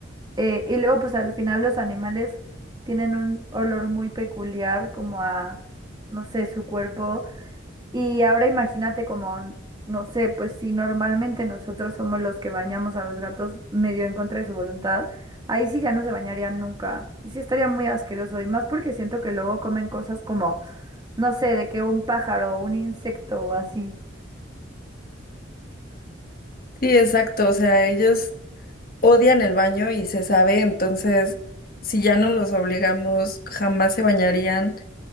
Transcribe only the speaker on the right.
eh, y luego, pues al final los animales tienen un olor muy peculiar como a, no sé, su cuerpo. Y ahora imagínate como, no sé, pues si normalmente nosotros somos los que bañamos a los gatos medio en contra de su voluntad, ahí sí ya no se bañarían nunca. Sí estaría muy asqueroso y más porque siento que luego comen cosas como, no sé, de que un pájaro o un insecto o así.